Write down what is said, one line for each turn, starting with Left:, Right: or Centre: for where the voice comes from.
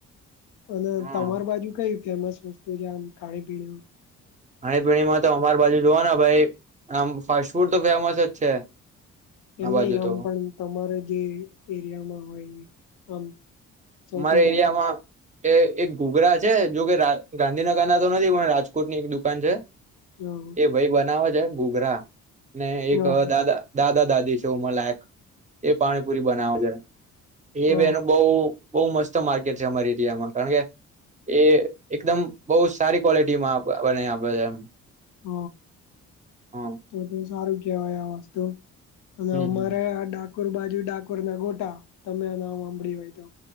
Left: અને
Right: ખાણી
Left: તમાર બાજુ કઈ ફેમસ સસ્તો જામ ખાણે પીને
Right: ખાણીપીણીમાં તો અમારી બાજુ જોવા ને ભાઈ આમ ફાસ્ટ ફૂડ તો ફેમસ જ છે
Left: એમ
Right: આ
Left: નહી
Right: બાજુ
Left: આમ
Right: તો
Left: પણ તમારે જે એરિયામાં હોય આમ સૌથી
Right: અમારે
Left: સારું
Right: એરિયામાં એ એક <inaudible> છે જો કે ગાંધીનગર ના તો નથી કો રાજકોટની એક દુકાન છે
Left: હોય?
Right: એ ભાઈ બનાવે છે ઘુઘરા ને
Left: હ હ
Right: એક
Left: હ
Right: દાદા દાદ દાદા દાદી છે ઉમર લાયક એ પાણીપુરી બનાવ છે એ
Left: હ
Right: બેનું બહ બહ મસ્ત માર્કેટ છે અમારી એરિયામાં કારણ કે એ એકદમ બહુ સારી ક્વોલિટીમાં બને આપે છે એમ
Left: હ
Right: હા
Left: તો તો સારું કેહેવાય આ વસ્તુ અને
Right: હમ
Left: અમારે
Right: હમ
Left: આ ડાકોર બાજુ ડાકોર ના ગોટા તમે નામ હાંબડિયું હોય તો,